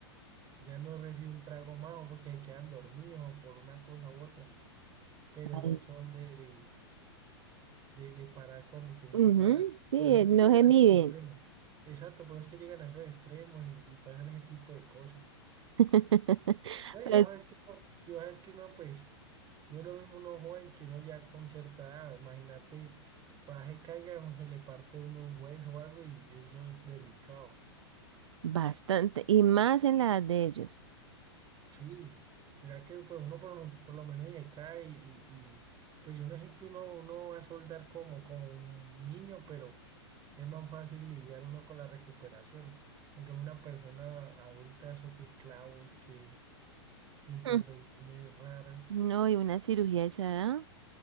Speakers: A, on the right; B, on the right.
A: ya no recibe un trago más, o porque se quedan dormidos, o por una cosa u otra, pero
B: Ay,
A: no son de, de de, de parar cuando tienen
B: Ujú,
A: que parar.
B: sí,
A: Por eso
B: eh,
A: es que
B: no
A: llegan
B: se
A: a
B: miden.
A: esos extremos. Exacto, por eso es que llegan a esos extremos y, y pasan ese tipo de cosas.
B: <laughs>
A: No, y
B: Pero
A: vos sabes que no, y vos sabes que uno, pues, no es lo mismo uno joven que uno ya con cierta edad. Imagínate, baje, caiga, se le parte uno un hueso o algo y eso es delicado.
B: Bastante, y más en la edad de ellos.
A: Sí, mira que pues, uno por, lo por lo menos ya cae y, y pues yo no sé que uno, uno va a soldar como, como un niño, pero es más fácil lidiar uno con la recuperación. En cambio, una persona adulta, eso que clavos, que, que intervenciones
B: Mm.
A: raras.
B: No, y una cirugía de esa edad